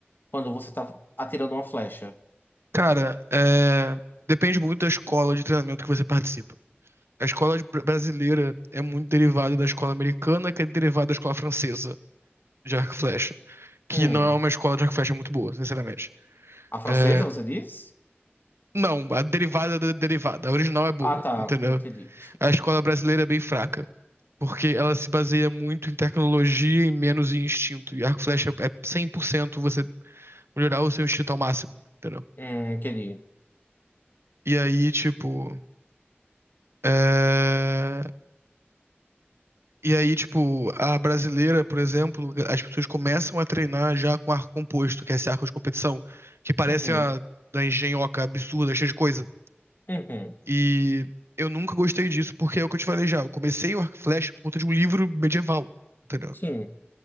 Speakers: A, on the left; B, on the right.
A: quando você tá atirando uma flecha?
B: Cara, é, depende muito da escola de treinamento que você participa. A escola de- brasileira é muito derivada da escola americana, que é derivada da escola francesa de arco e flecha. que
A: Hum.
B: não é uma escola de arco e flecha muito boa, sinceramente.
A: A francesa,
B: É,
A: você diz?
B: não, a derivada da derivada, a original é boa,
A: Ah, tá.
B: entendeu?
A: Entendi.
B: A escola brasileira é bem fraca, porque ela se baseia muito em tecnologia e menos em instinto. E arco e flecha é é 100% você melhorar o seu instinto ao máximo, entendeu?
A: Hum, entendi.
B: E aí, tipo. é, E aí, tipo, a brasileira, por exemplo, as pessoas começam a treinar já com arco composto, que é esse arco de competição, que parece
A: Uhum.
B: a da engenhoca absurda, cheia de coisa.
A: Uhum.
B: E eu nunca gostei disso, porque é o que eu te falei já. Eu comecei o arco e flecha por conta de um livro medieval, entendeu?
A: Sim.